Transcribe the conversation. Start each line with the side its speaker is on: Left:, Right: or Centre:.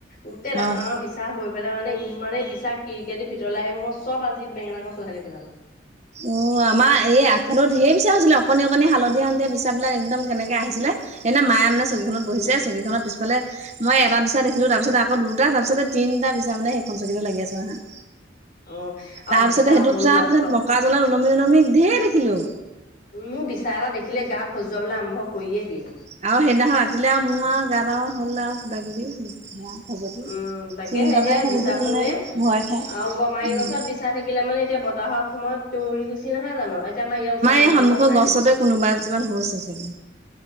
Left: গোটেই ডাঙৰ
Right: অ'।
Left: ডাঙৰ বিছা বিছা হৈ পেলাই মানে ইমানেই বিচা, খিড়িকীৰে দি ভিতৰলৈ আহিব মই চ'ব আজি বেঙেনা গছ উঘালি পেলালোঁ।
Right: অ' আমাৰ ধেই আগফালেও ধেইৰ বিছা হৈছিল, অকণনি অকণনি হালধীয়া হালধিয়া বিছা বিলাক একম কেনেক আহিছিলে। সেইয়ে মায়ে মানে‌ চকিখনত বহিছে
Left: উম,
Right: চকী খনৰ পিছফালে মই এটা বিচা দেখিলোঁ। তাৰপিছত আকৌ দুটা তাৰ পিছত তিনিটা বিচা মানে সেইখন চকিতে লাগি আছে নহয়।
Left: অ আৰু
Right: তাৰ
Left: বিচা
Right: পিছতে সেইটোৰ
Left: হ'ল
Right: পিছত
Left: মাত্ৰ
Right: মকা জ্বলত ওলমি ওলমি ঢেৰ দেখিলোঁ।
Left: উম, মোৰ বিচাৰ এটা দেখিলে গা খজুৱাবলৈ আৰম্ভ কৰিয়ে দিয়ে।
Right: আৰু সেইদিনাখন ৰাতিলে আৰু মোৰ আৰু গাত আৰু হ'ল আৰু কিবা কিবি। খজুৱতি।
Left: উম, তাকে
Right: চিন্তাতে
Left: সেয়হে
Right: খজুৱতি
Left: বিশছাখুঙে
Right: হ'ল নে ভয় খাই
Left: আৰু গমাৰি
Right: উম।
Left: গছত বিছা বিচা থাকিলে মানে এতিয়া বতাহৰ সময়ত উৰি গুিছি নাহে জানো এতিয়া আমাৰ ইয়াৰ ওচৰত গমাৰি
Right: এই সন্মুখৰ
Left: গছ নাই
Right: গছতে
Left: দেখি।
Right: কোনোবা এজোপাত হৈছে চাগে